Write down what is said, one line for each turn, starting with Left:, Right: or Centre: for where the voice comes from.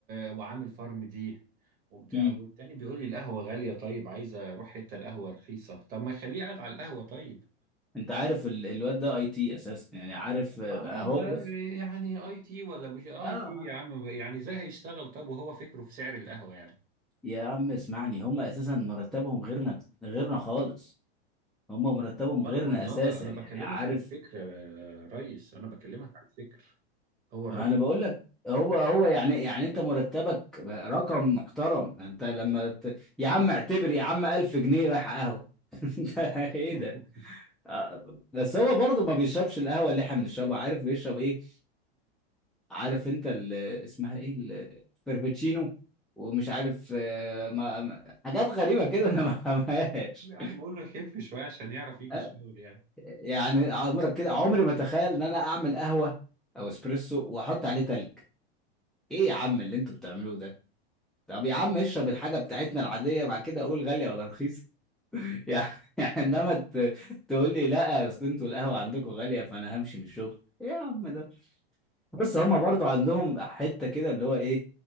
Right: وعامل فارم دي وبتاع
Centre: مم.
Right: والتاني بيقول لي القهوة غالية طيب عايز اروح حتة القهوة رخيصة طب ما خليه قاعد على القهوة طيب
Centre: انت عارف ال- الواد ده اي تي اساسا يعني عارف آه،
Right: اه
Centre: هو
Right: ما
Centre: بص
Right: يعني اي تي ولا مش اي
Centre: اه
Right: تي يا عم يعني ازاي هيشتغل طب وهو فكره في سعر القهوة يعني
Centre: يا عم اسمعني هم اساسا مرتبهم غيرنا غيرنا خالص هم مرتبهم
Right: بغض
Centre: غيرنا
Right: النظر
Centre: اساسا
Right: انا
Centre: يعني
Right: بكلمك
Centre: عارف
Right: عن فكرة يا ريس انا بكلمك عن فكر هو الراجل
Centre: انا بقول لك هو هو يعني يعني انت مرتبك رقم محترم انت لما ت... يا عم اعتبر يا عم 1000 جنيه رايح قهوه <laughs> انت
Right: <laughs>
Centre: ايه ده آه، بس هو برضه ما بيشربش القهوه اللي احنا بنشربها عارف بيشرب ايه عارف انت ال... اسمها ايه ال- الفربتشينو ومش عارف آه، ما... ما- حاجات غريبه كده انا ما فهمهاش
Right: يا عم قول له خف شوية عشان يعرف يجي
Centre: آه،
Right: الشغل يعني
Centre: يعني عمرك كده عمري ما تخيل ان انا اعمل قهوه او اسبريسو واحط عليه تلج ايه يا عم اللي انتوا بتعملوه ده؟ طب يا عم اشرب الحاجة بتاعتنا العادية بعد كده اقول غالية ولا رخيصة <laughs> يعني يعني انما ت- تقول لي لا اصل انتوا القهوة عندكم غالية فانا همشي من الشغل ايه يا عم ده بس هما برضو عندهم حتة كده اللي هو ايه